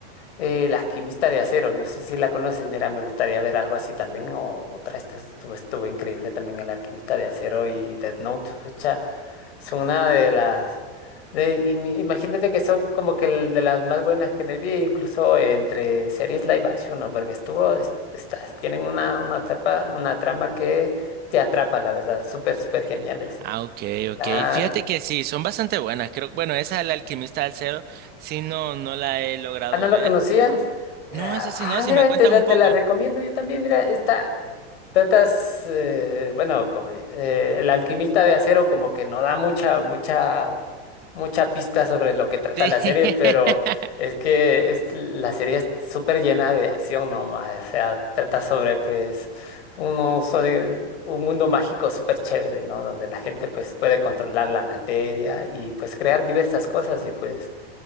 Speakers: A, on the left (about 70°); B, on the right (about 30°).
A: Eh, la alquimista de acero, no sé si la conoces, mira, me gustaría ver algo así también, o otra, esta estuvo, estuvo increíble también el alquimista de acero y Death Note, pucha, son una de las, de, y mi- imagínate que son como que el de las más buenas que me vi, incluso entre series live action, ¿no? Porque estuvo, es- estas, tienen una, una tapa, una trama que te atrapa, la verdad, súper, súper geniales,
B: Ah, ok, ok.
A: claro.
B: Fíjate que sí, son bastante buenas. Creo, bueno, esa El Alquimista del Cero, sí, no, no la he logrado
A: Ah, ¿no lo
B: ver.
A: conocías? Mira,
B: No, esa sí,
A: ah,
B: no,
A: mira,
B: si me cuentas
A: te la,
B: un
A: te
B: poco.
A: la recomiendo yo también, mira, esta. tratas, eh, bueno, como, eh, el alquimista de acero como que no da mucha, mucha, mucha pista sobre lo que trata
B: Sí.
A: la
B: <laughs>
A: serie, pero es que es, la serie es súper llena de acción nomás, o sea, trata sobre pues uno sobre un mundo mágico súper chévere, ¿no? Donde la gente pues puede controlar la materia y pues crear diversas cosas y pues